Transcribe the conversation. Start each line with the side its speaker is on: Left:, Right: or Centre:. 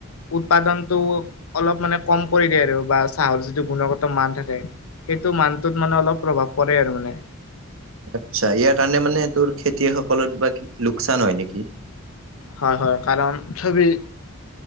Left: উৎপাদনটো অলপ মানে কম কৰি দিয়ে আৰু বা চাহৰ যিটো গুণগত মান থাকে। সেইটো মানটোত মানে অলপ প্ৰভাৱ পৰে আৰু মানে।
Right: আচ্ছা ইয়াৰ কাৰণে মানে তোৰ খেতিয়কসকলৰ কিবা লোকচান হয় নেকি?
Left: হয় হয় কাৰণ চবেই